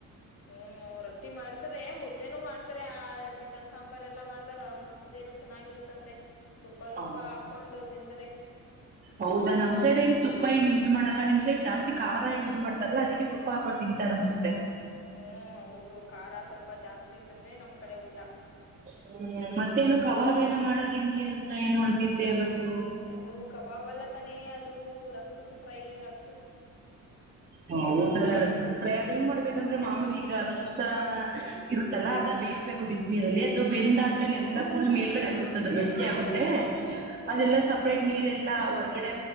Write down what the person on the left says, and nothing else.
ಹ್ಮ್ ರೊಟ್ಟಿ ಮಾಡ್ತಾರೆ ಮುದ್ದೆನು ಮಾಡ್ತಾರೆ ಆ ಚಿ ಚಿಕನ್ ಸಾಂಬಾರ್ ಎಲ್ಲಾ ಮಾಡ್ದಾಗ ಮುದ್ದೇನು ಚೆನ್ನಾಗಿರುತ್ತಂತೆ ತುಪ್ಪ ಗಿಪ್ಪ
ಹಾಕೊಂಡು ತಿಂದ್ರೆ
ಹ್ಮ್ ಹೌದು ಖಾರ ಸ್ವಲ್ಪ ಜಾಸ್ತಿ ಇದ್ರನೆ ನಮ್ ಕಡೆ ಊಟ
ಅದು ಕಬಾಬ್ ಅಲ್ಲ ಕಣೆ ಅದು ರಕ್ತದ ಫ್ರೈ ರಕ್ತ
ಹ್ಮ್